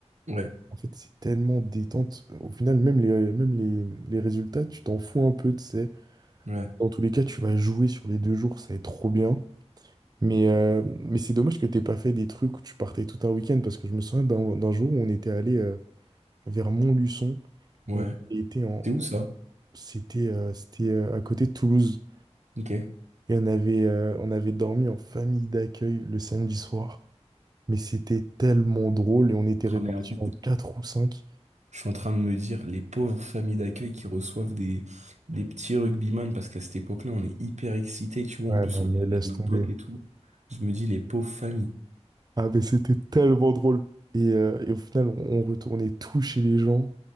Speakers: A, on the right (about 85°); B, on the right (about 35°).
A: ouais,
B: En fait, c'est tellement détente. Au final, même les, même les, les résultats, tu t'en fous un peu, tu sais.
A: ouais,
B: Dans tous les cas, tu vas jouer sur les deux jours, ça va être trop bien. Mais, euh, mais c'est dommage que t'aies pas fait des trucs où tu partais tout un week-end parce que je me souviens d'un d'un jour où on était allé euh, vers Montluçon.
A: ouais.
B: On était en,
A: C'est où ça?
B: c'était euh, c'était euh, à côté de Toulouse
A: Ok.
B: et on avait euh, on avait dormi en famille d'accueil le samedi soir. Mais c'était tellement drôle et on était
A: Ah,
B: répartis
A: mais en fait,
B: en quatre ou cinq.
A: je suis en train de me dire, les pauvres familles d'accueil qui reçoivent des, des petits rugbyman, parce qu'à cette époque-là, on est hyper excités, tu vois,
B: Ouais,
A: en plus,
B: non,
A: on
B: mais
A: est avec
B: laisse
A: nos
B: tomber.
A: potes et tout. Je me dis, les pauvres familles.
B: Ah, mais c'était tellement drôle. Et, euh, et au final, on, on retournait tout chez les gens.